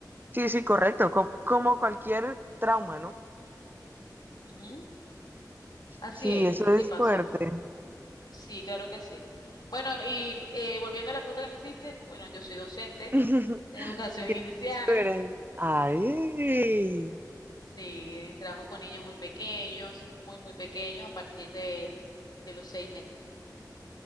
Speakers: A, on the right; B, on the left.
A: Sí, sí, correcto, co- como cualquier trauma, ¿no?
B: Ujú, Así
A: Sí,
B: es,
A: eso
B: así
A: es
B: pasa.
A: fuerte.
B: Sí, claro que sí. Bueno, y eh, volviendo a la pregunta que me hiciste, bueno, yo soy docente
A: <laughs>
B: de educación
A: Qué
B: inicial,
A: chévere. Ay,
B: sí, trabajo con niños muy pequeños, muy, muy pequeños, a partir de, de los seis meses.